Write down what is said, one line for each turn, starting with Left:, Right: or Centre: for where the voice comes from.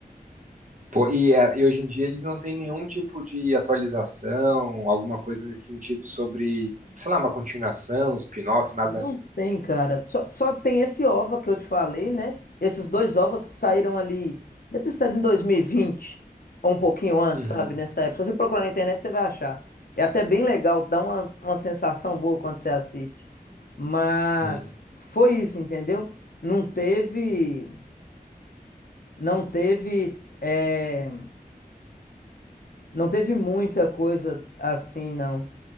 Right: Pô, e, eh, e hoje em dia eles não têm nenhum tipo de atualização, alguma coisa nesse sentido sobre, sei lá, uma continuação, spin-off, nada.
Left: Não tem, cara. Só, só tem esse OVA que eu te falei, né? Esses dois OVAs que saíram ali. Deve ter saído em 2020. Ou um pouquinho antes,
Right: Uhum,
Left: sabe? Nessa época. Se você procurar na internet, você vai achar. É até bem legal, dá uma, uma sensação boa quando você assiste. Mas
Right: uhum,
Left: foi isso, entendeu? Não teve. Não teve. é, Não teve muita coisa assim, não.